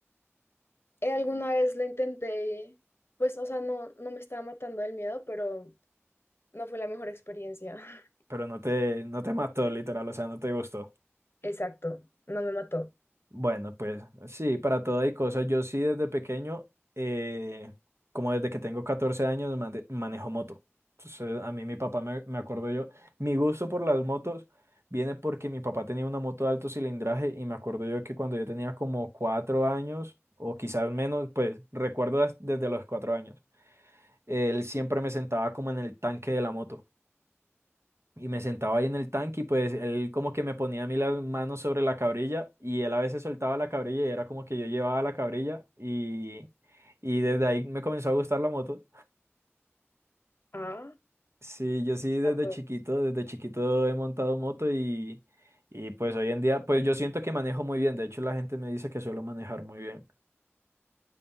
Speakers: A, on the left; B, on the right.
A: Eh, Alguna vez lo intenté, y, pues, o sea, no, no me estaba matando el miedo, pero no fue la mejor experiencia. <laughs>
B: pero no te, no te mató, literal, o sea, no te gustó.
A: Exacto, no me mató.
B: Bueno, pues sí, para todo hay cosas. Yo sí desde pequeño, eh, como desde que tengo 14 años, mane- manejo moto. Entonces, a mí mi papá, me, me acuerdo yo, mi gusto por las motos viene porque mi papá tenía una moto de alto cilindraje y me acuerdo yo que cuando yo tenía como cuatro años o quizás menos, pues recuerdo des- desde los cuatro años. él siempre me sentaba como en el tanque de la moto. Y me sentaba ahí en el tanque y pues él como que me ponía a mí las manos sobre la cabrilla y él a veces soltaba la cabrilla y era como que yo llevaba la cabrilla y, y desde ahí me comenzó a gustar la moto.
A: Ah,
B: Sí, yo sí desde
A: ah, pues.
B: chiquito, desde chiquito he montado moto y, y pues hoy en día pues yo siento que manejo muy bien. De hecho la gente me dice que suelo manejar muy bien.